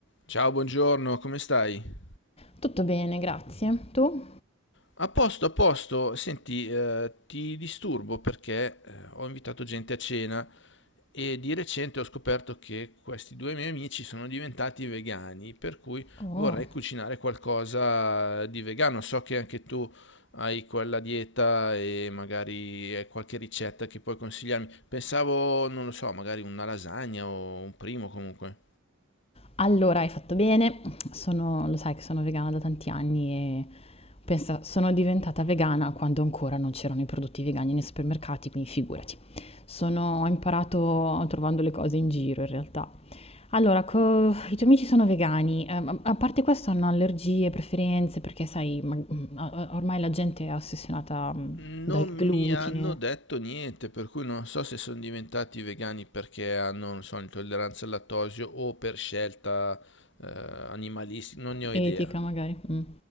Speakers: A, on the left; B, on the left.
A: Ciao, buongiorno, come stai?
B: Tutto bene, grazie. Tu?
A: A posto, a posto. Senti, eh, ti disturbo perché eh, ho invitato gente a cena e di recente ho scoperto che questi due miei amici sono diventati vegani, per cui
B: Oh.
A: vorrei cucinare qualcosa di vegano. So che anche tu hai quella dieta e magari hai qualche ricetta che puoi consigliarmi. Pensavo, non lo so, magari una lasagna o un primo comunque.
B: Allora, hai fatto bene. Sono, lo sai che sono vegana da tanti anni e pensa, sono diventata vegana quando ancora non c'erano i prodotti vegani nei supermercati, quindi figurati. Sono, ho imparato trovando le cose in giro in realtà. Allora, co- i tuoi amici sono vegani, eh, ma- a parte questo hanno allergie, preferenze, perché sai, ma- ormai la gente è ossessionata mm,
A: Non
B: dal
A: mi
B: glutine,
A: hanno detto niente, per cui non so se sono diventati vegani perché hanno, non so, intolleranza al lattosio o per scelta eh, animalistica, non ne ho idea.
B: etica magari. mm.